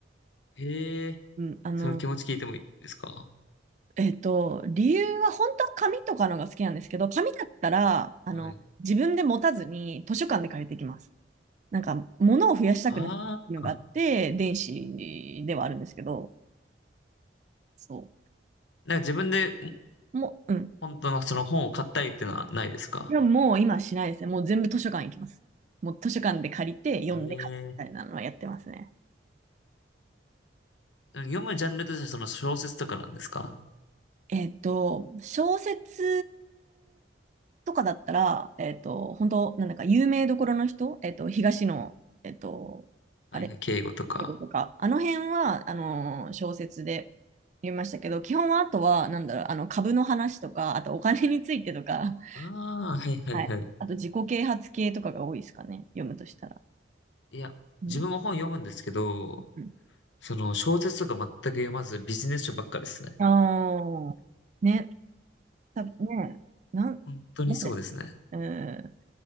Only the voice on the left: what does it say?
へえ、
その気持ち聞いてもいいですか
はい。
ああ、
なんか自分で
本当のその本を買ったりっていうのはないですか
へえ読むジャンルとしてはその小説とかなんですか
はいはい、
敬語とか。
ああ、はいはいはい。
いや、
自分も本読むんですけど、
その小説とか全く読まずビジネス書ばっかですね。
本当にそうですね。